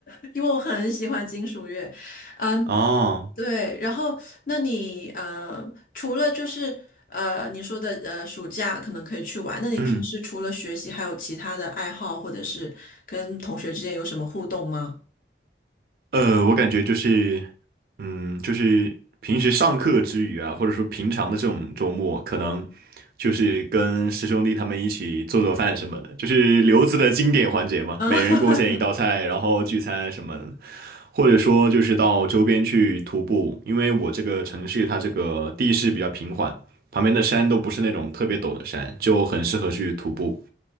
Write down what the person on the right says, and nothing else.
哦，
嗯。
呃，我感觉就是，嗯，就是平时上课之余啊，或者说平常的这种周末，可能就是跟师兄弟他们一起做做饭什么的，就是留子的经典环节嘛，
每人贡献一道菜，
然后聚餐什么的，或者说就是到周边去徒步，因为我这个城市它这个地势比较平缓，旁边的山都不是那种特别陡的山，就很适合去徒步。